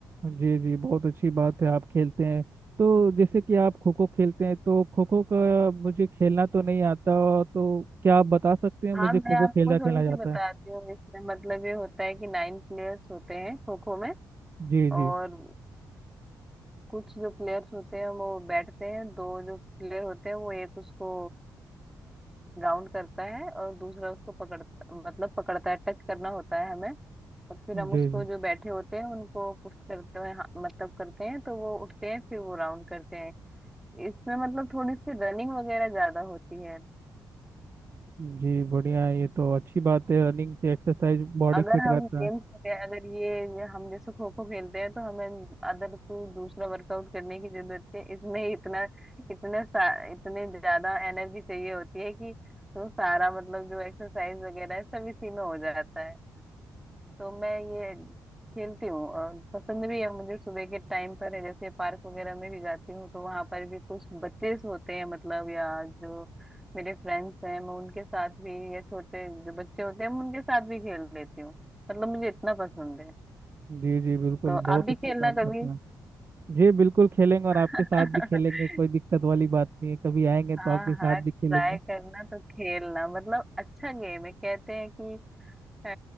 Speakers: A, on the right (about 35°); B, in the centre.
A: जी जी बहुत अच्छी बात है आप खेलते हैं तो जैसे कि आप खो खो खेलते हैं तो खो खो का मुझे खेलना तो नहीं आता तो क्या आप बता सकते हैं
B: हाँ
A: मुझे
B: मैं
A: खो खो
B: आपको
A: खेलना खेला
B: थोड़ी सी
A: जाता
B: बताती
A: है
B: हूँ इसमें मतलब ये होता है कि नाइन प्लेयर्स होते हैं खो खो में
A: जी
B: और
A: जी
B: कुछ जो प्लेयर्स होते हैं वो बैठते हैं दो जो प्लेयर होते हैं वो एक उसको राउंड करता है और दूसरा उसको पकड़ता मतलब पकड़ता है टच करना होता है हमें और फिर हम
A: जी
B: उसको
A: जी
B: जो बैठे होते हैं उनको पुश करते हैं हाँ, मतलब करते हैं तो वो उठते हैं फिर वो राउंड करते हैं इसमें मतलब थोड़ी सी रनिंग वगैरह ज्यादा होती है
A: जी बढ़िया है ये तो अच्छी बात है रनिंग से एक्सरसाइज बॉडी
B: अगर
A: फिट
B: हम
A: रहता
B: गेम्स
A: है
B: वगैरह अगर ये हम जैसे खो खो खेलते हैं तो हमें अदर कोई दूसरा वर्कआउट करने की जरूरत है इसमें इतना इतने सा- इतने ज्यादा एनर्जी चाहिए होती है कि तो सारा मतलब जो एक्सरसाइज वगैरह है सब इसी में हो जाता है तो मैं ये खेलती हूँ और पसंद भी है मुझे सुबह के टाइम पर है जैसे पार्क वगैरह में भी जाती हूँ तो वहां पर भी कुछ बच्चे होते हैं मतलब या जो मेरे फ्रेंड्स हैं मैं उनके साथ भी या छोटे जो बच्चे होते हैं मैं उनके साथ भी खेल लेती हूँ मतलब मुझे इतना पसंद है
A: जी जी बिल्कुल
B: तो
A: बहुत
B: आप भी
A: अच्छा
B: खेलना
A: काम
B: कभी
A: करते हैं आप। जी बिल्कुल खेलेंगे और आपके
B: <laughs>
A: साथ भी खेलेंगे कोई दिक्कत वाली बात नहीं है कभी आएंगे तो
B: हाँ
A: आपके साथ
B: हाँ ट्राई
A: भी खेलेंगे
B: करना तो खेलना मतलब अच्छा गेम है कहते हैं कि अ,